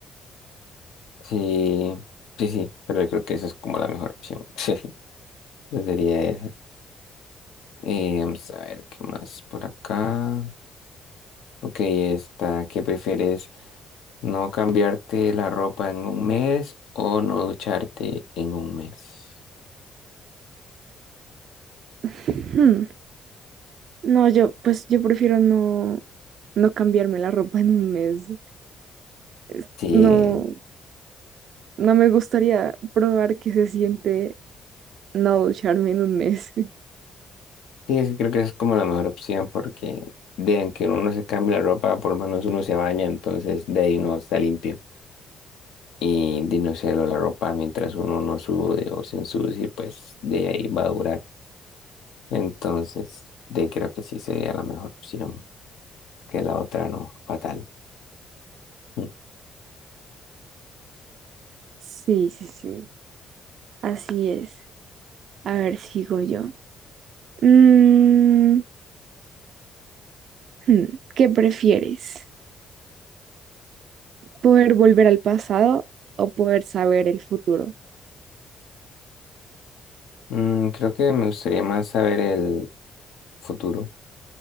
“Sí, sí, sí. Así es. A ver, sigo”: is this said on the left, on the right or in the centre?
Right